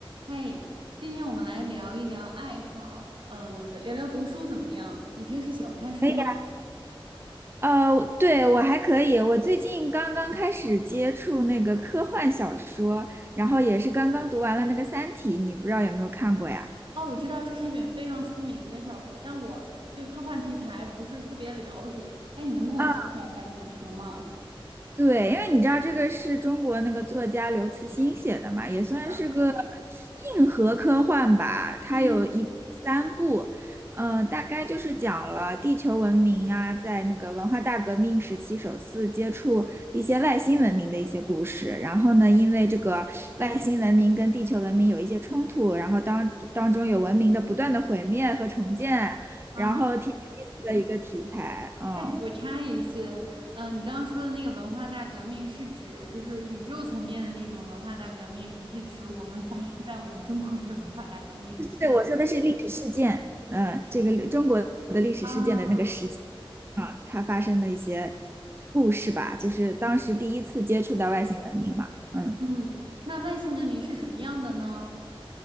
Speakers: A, on the right (about 60°); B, on the right (about 25°).
A: 嘿，今天我们来聊一聊爱好，嗯，聊聊读书怎么样？你平时喜欢看书吗？
B: 可以，呃，我对，我还可以。我最近刚刚开始接触那个科幻小说，然后也是刚刚读完了那个《三体》，你不知道有没有看过呀？
A: 哦，我知道这是一本非常出名的小说，但我对科幻题材不是特别了解。哎，你能跟我介绍一下这本书吗？
B: 啊。对，因为你知道这个是中国那个作家刘慈欣写的嘛，也算是个
A: 是的，
B: 硬核科幻吧。它有一共三部，
A: 嗯，
B: 嗯、大概就是讲了地球文明啊，在那个文化大革命时期首次接触一些外星文明的一些故事。然后呢，因为这个外星文明跟地球文明有一些冲突，然后当当中有文明的不断的毁灭和重建，
A: 啊，
B: 然后挺有意思的一个题材，嗯。
A: 嘿，我插一句，嗯、你刚刚说的那个文化大革命是指就是宇宙层面的那种文化大革命，还是指我们发生在我们中国的文化大革命？
B: 是我说的是历史事件，嗯，这个中国的历史事件的那个时期
A: 啊，
B: 啊，它发生的一些故事吧，就是当时第一次接触到外星文明嘛，嗯。
A: 嗯，那外星文明是什么样的呢？